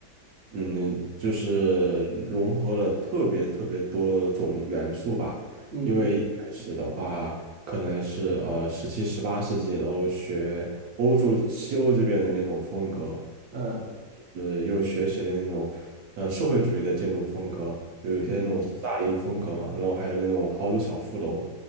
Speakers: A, on the right; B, on the right.
A: 嗯，就是融合了特别特别多种元素吧。
B: 嗯
A: 因为一开始的话，可能是呃十七、十八世纪，然后学欧洲、西欧这边的那种风格，
B: 嗯
A: 呃，又学习了那种呃社会主义的建筑风格，就有些那种斯大林风格嘛，
B: 嗯，
A: 然后还有那种豪鲁小富楼，